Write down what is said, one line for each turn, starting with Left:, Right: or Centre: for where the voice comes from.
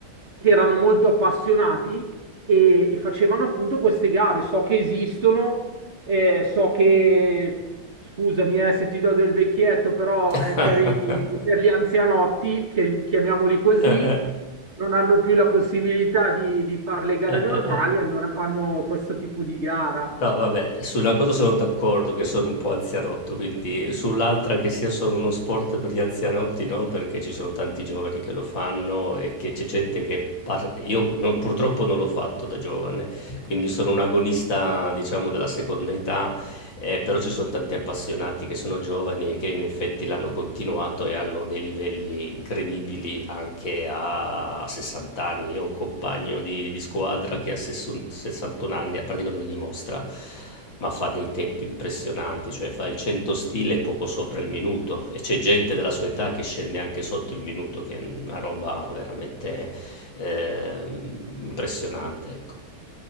Right: che erano molto appassionati e, e facevano appunto queste gare. So che esistono, eh, so che, scusami eh, se ti do del vecchietto, però
Left: <laughs>
Right: è per, i- per gli anzianotti, che, chiamiamoli così,
Left: Eh, eh,
Right: non hanno più la possibilità di, di fare le gare
Left: eh, eh,
Right: normali,
Left: eh, eh.
Right: allora fanno questo tipo di gara.
Left: No, vabbè, sulla cosa sono d'accordo che sono un po' anzianotto, quindi sull'altra che sia solo uno sport per gli anzianotti, no, perché ci sono tanti giovani che lo fanno e che c'è gente che... par- Io non- purtroppo non l'ho fatto da giovane, quindi sono un agonista, diciamo, della seconda età eh, però ci sono tanti appassionati che sono giovani e che in effetti l'hanno continuato e hanno dei livelli incredibili anche a 60 anni. Io ho un compagno di, di squadra che a 60 61 anni, a parte che non li dimostra, ma fa dei tempi impressionanti, cioè fa il 100 stile poco sopra il minuto e c'è gente della sua età che scende anche sotto il minuto, che è una roba veramente ehm, impressionante, ecco.